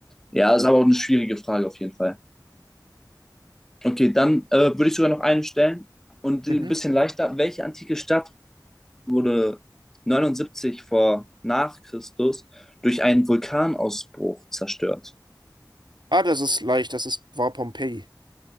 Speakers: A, in the centre; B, on the right (about 80°).
A: Ja, ist aber auch eine schwierige Frage auf jeden Fall. Okay, dann äh, würde ich sogar noch einen stellen und die
B: Mhm.
A: ein bisschen leichter. Welche antike Stadt wurde 79 vor nach Christus durch einen Vulkanausbruch zerstört?
B: Ah, das ist leicht, das ist, war Pompeji.